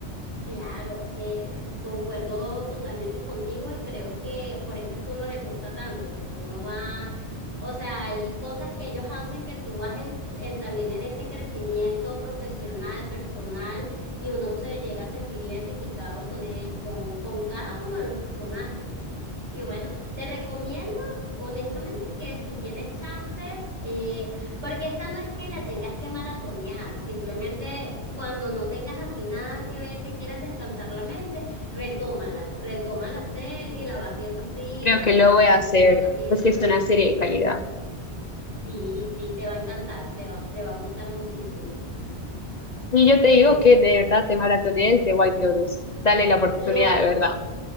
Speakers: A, on the right; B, on the left.
A: Claro, eh, eh, concuerdo totalmente contigo y creo que por eso es que uno les gusta tanto, porque uno va, o sea, hay cosas que ellos hacen que tú vas en, su- en- también en ese crecimiento profesional, personal, y uno se llega a sentir identificado con, el- con, con cada uno de los personajes. Y bueno, te recomiendo honestamente que si tienes chance, eh, porque esta no es que la tengas que maratonear, simplemente cuando no tengas así nada que ver, que quieras descansar la mente, retómala, retoma la serie, la vas viendo así,
B: Creo
A: capi-
B: que lo voy
A: capítulo
B: a hacer,
A: a capítulo.
B: pues que es una serie de calidad.
A: Sí, sí, te va a encantar, te va, te va a gustar muchísimo.
B: Y yo te
A: Sofi,
B: digo que de verdad te maratones de White Lotus. Dale la oportunidad,
A: lo,
B: de verdad.